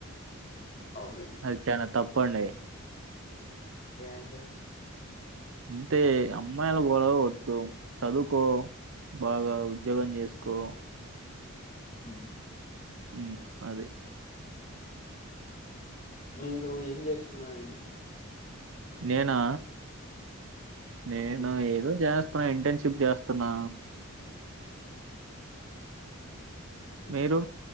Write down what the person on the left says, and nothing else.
అవునండి.
ఏంది
హ
మీరు ఏం చేస్తున్నారండి
హ్మ్.
హ్మ్.